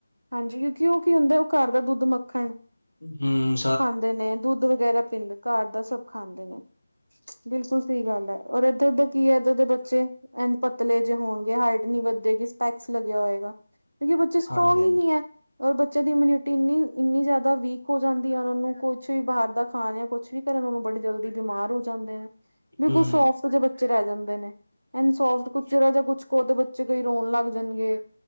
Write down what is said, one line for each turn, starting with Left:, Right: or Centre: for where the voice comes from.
Right: ਹਾਂਜੀ, ਕਿਉਂਕਿ ਉਹ ਕੀ ਹੁੰਦਾ ਉਹ ਘਰ ਦਾ ਦੁੱਧ, ਮੱਖਣ
Left: ਹੂੰ
Right: ਖਾਂਦੇ ਨੇ, ਦੁੱਧ ਵਗੈਰਾ ਪੀਂਦੇ, ਘਰ ਦਾ ਸਭ ਖਾਂਦੇ ਨੇ। ਬਿਲਕੁਲ ਸਹੀ ਗੱਲ ਐ, ਔਰ ਇਧਰ ਦੇ ਕੀ ਐ, ਏਧਰ ਦੇ ਬੱਚੇ ਐਂਜ ਪਤਲੇ ਜੇ ਹੋਣਗੇ, ਹਾਈਟ ਨੀ ਵੱਧੇਗੀ ਸਪੈਕਸ ਲੱਗਿਆ ਹੋਏਗਾ। ਕਿਉਂਕਿ ਬੱਚੇ ਸਟਰੋਂਗ
Left: ਹਾਂਜੀ ਹਾਂਜੀ
Right: ਹੀ ਨੀ ਐ, ਔਰ ਬੱਚੇ ਦੀ ਇਮਿਊਨਿਟੀ ਇੰਨੀ, ਇੰਨੀ ਜ਼ਿਆਦਾ ਵੀਕ ਹੋ ਜਾਂਦੀ ਆ ਉਹਨਾਂ ਨੂੰ, ਕੁਛ ਵੀ ਬਾਹਰ ਦਾ ਖਾਣ ਯਾ ਕੁਛ ਵੀ ਕਰਨ ਉਹ ਨੂੰ ਬੜੀ ਜਲਦੀ ਬਿਮਾਰ ਹੋ ਜਾਂਦੇ ਆ। ਬਿਲਕੁਲ
Left: ਹਮ
Right: ਸੌਫ ਜੇ ਬੱਚੇ ਰਹਿ ਜਾਂਦੇ ਨੇ, ਸੋਫਟ ਕੁਚ ਜਰਾ ਜਾ ਕੁਛ ਕੋ ਤੇ ਬੱਚੇ ਕਈ ਰੋਣ ਲੱਗ ਜਾਣਗੇ।